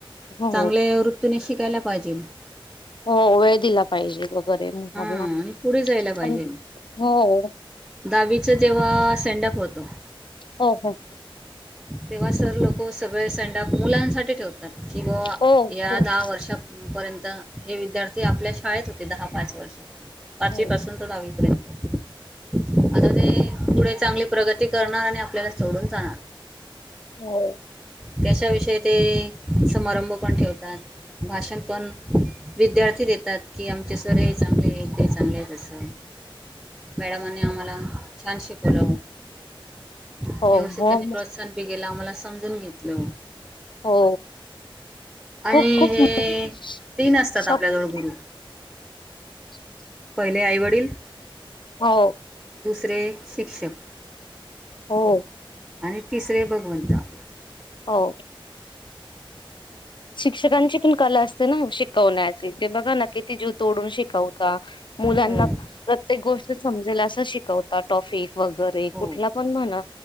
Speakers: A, on the left (about 60°); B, in the centre.
A: हो
B: चांगले वृत्तीने शिकायला पाहिजे
A: हो वेळ दिला पाहिजे वगैरे मुलांना
B: हा आणि पुढे जायला पाहिजे
A: पण हो.
B: दहावीच जेव्हा सेंडप होतो
A: हो हो
B: तेव्हा सर लोक सगळे सेंडऑफ मुलांसाठी ठेवतात किंवा
A: हो
B: या
A: खूप
B: दहा वर्षा पर्यंत हे विद्यार्थी आपल्या शाळेत होते दहा पाच वर्षापर्यंत पाचवी
A: हो
B: पासून ते दहावीपर्यंत आता ते पुढे चांगली प्रगती करणार आणि आपल्याला सोडून जाणार
A: हो.
B: त्याच्याविषयी ते समारंभ पण ठेवतात भाषण पण विद्यार्थी देतात की आमचे ते चांगले आहे ते चांगले आहे अस मॅडमनी आम्हाला छान शिकवल व्यवस्थित
A: हो
B: त्यानी प्रोत्साहन
A: हो
B: बी केला आम्हाला समजून घेतल
A: हो
B: आणि
A: खूप खूप
B: हे
A: फक्त
B: तीन असतात आपल्याजवळ गुरु
A: <inaudible>
B: पहिले आई वडील
A: हो
B: दुसरे शिक्षक
A: हो
B: आणि तिसरे भगवंता
A: हो शिक्षकांची पण कला अस तन <inaudible> कोणाची ती बघा न किती जु तोडून शिकवता मुलांना
B: हो
A: प्रत्येक गोष्ट समजेला असं शिकवता टॉफिक वगैरे
B: हो
A: कुठला पण म्हणा